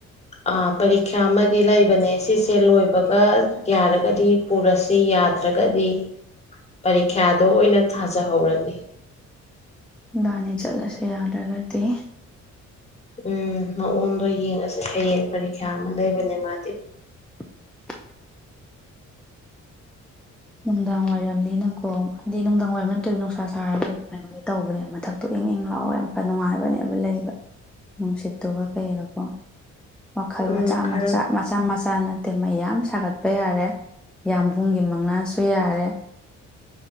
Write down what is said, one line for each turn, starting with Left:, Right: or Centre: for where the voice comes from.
Left: ꯑꯥ ꯄꯔꯤꯈ꯭ꯌꯥ ꯑꯃꯗꯤ ꯂꯩꯕꯅꯦ ꯁꯤꯁꯦ ꯂꯣꯏꯕꯒ ꯌꯥꯔꯒꯗꯤ ꯄꯨꯔꯁꯤ ꯌꯥꯗ꯭ꯔꯒꯗꯤ ꯄꯔꯤꯈ꯭ꯌꯥꯗꯣ ꯑꯣꯏꯅ ꯊꯥꯖꯍꯧꯔꯅꯤ
Centre: ꯏꯕꯥꯅꯤ ꯆꯠꯂꯁꯤ ꯌꯥꯗꯔꯒꯗꯤ
Left: ꯎꯝ ꯃꯑꯣꯡꯗꯣ ꯌꯦꯡꯉꯁꯦ ꯍꯌꯦꯡ ꯄꯔꯤꯈ꯭ꯌꯥ ꯑꯃ ꯂꯩꯕꯅꯦ ꯃꯥꯗꯤ
Centre: <inaudible> ꯅꯨꯡꯗꯥꯡ ꯋꯥꯏꯔꯝꯅꯤꯅꯀꯣ ꯍꯥꯏꯗꯤ ꯅꯨꯡꯗꯥꯡ ꯋꯥꯏꯔꯝ ꯅꯠꯇ꯭ꯔꯁꯨ ꯅꯨꯡꯁꯥ ꯁꯥꯔꯒꯣꯏ ꯀꯥꯏ ꯇꯧꯕꯅꯦꯕ ꯃꯊꯛꯇꯏ ꯏꯪ ꯏꯪꯪꯂꯥꯎ ꯌꯥꯝ ꯐ ꯅꯨꯡꯉꯥꯏꯕꯅꯦꯕ ꯂꯩꯕ ꯅꯨꯡꯁꯤꯠ ꯑꯗꯨꯒ ꯀꯩꯒꯀꯣ ꯋꯥꯈꯜ
Left: ꯎꯝ
Centre: ꯃꯆꯥ
Left: ꯈꯔ
Centre: ꯃꯆꯥ ꯃꯆꯥ ꯃꯆꯥꯅ ꯃꯩ ꯌꯥꯝ ꯁꯥꯒꯠꯄ ꯌꯥꯔꯦ ꯌꯥꯝꯕꯨꯡꯒꯤ ꯃꯪꯂꯥꯜ ꯁꯨꯏꯔꯦ <inaudible>